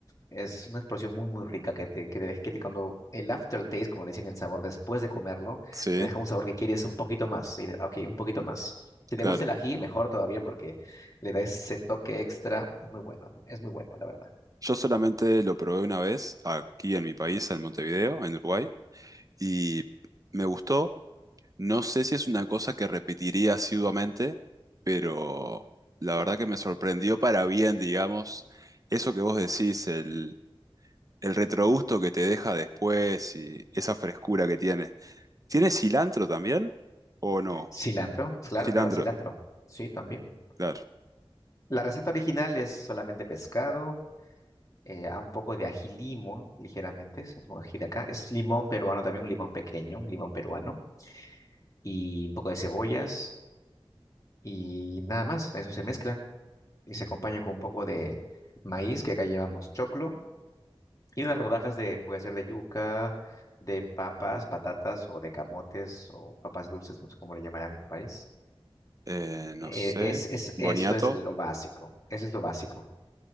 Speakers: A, on the left (about 35°); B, on the right (about 35°).
A: Es una explosión muy, muy rica que te, que te, deja- que te cuando el aftertaste, como le dicen, el sabor después de comerlo,
B: Sí,
A: te deja un sabor que quieres un poquito más. y de- Ok, un poquito más. Si
B: claro.
A: te gusta el ají, mejor todavía porque le da ese toque extra. Es muy bueno, es muy bueno, la verdad.
B: Yo solamente lo probé una vez aquí en mi país, en Montevideo, en Uruguay, y me gustó. No sé si es una cosa que repetiría asiduamente, pero la verdad que me sorprendió para bien, digamos, eso que vos decís, el, el retrogusto que te deja después y esa frescura que tiene. ¿Tiene cilantro también? ¿O no?
A: Cilantro, claro,
B: Cilantro,
A: claro, cilantro. Sí, también.
B: claro.
A: La receta original es solamente pescado, eh, a un poco de ají limo, ligeramente, es un ají de acá. Es limón peruano también, un limón pequeño, un limón peruano, y un poco de cebollas, y nada más. Eso se mezcla y se acompaña con un poco de maíz, que acá llevamos choclo, y unas rodajas de, puede ser de yuca, de papas, patatas, o de camotes, o papas dulces, no sé cómo le llamarán en tu país.
B: Eh, no
A: Eh,
B: sé.
A: es, es, eso
B: Boniato,
A: es lo básico, eso es lo básico.